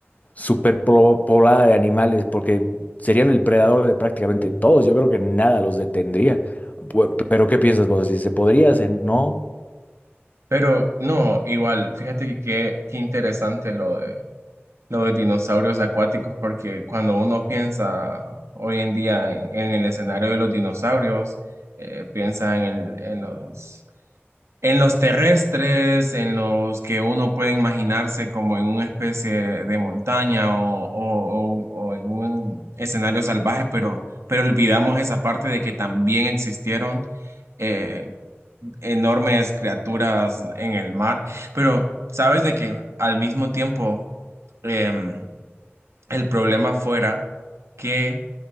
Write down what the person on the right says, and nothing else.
Pero no, igual, fíjate que qué qué interesante lo de lo de dinosaurios acuáticos porque cuando uno piensa hoy en día en, en el escenario de los dinosaurios, eh, piensa en el, en los En los terrestres, en los que uno puede imaginarse como en una especie de montaña o, o- o- o en un escenario salvaje, pero, pero olvidamos esa parte de que también existieron eh, enormes criaturas en el mar. Pero sabes de que al mismo tiempo em, el problema fuera que